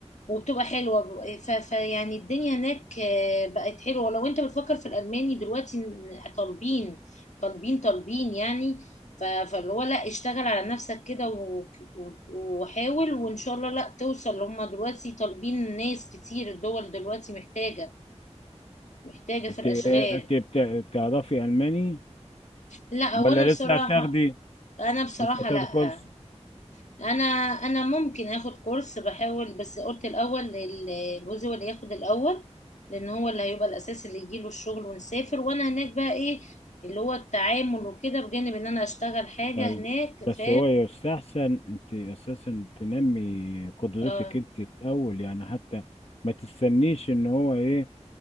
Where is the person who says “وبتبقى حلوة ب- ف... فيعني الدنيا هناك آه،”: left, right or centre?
Left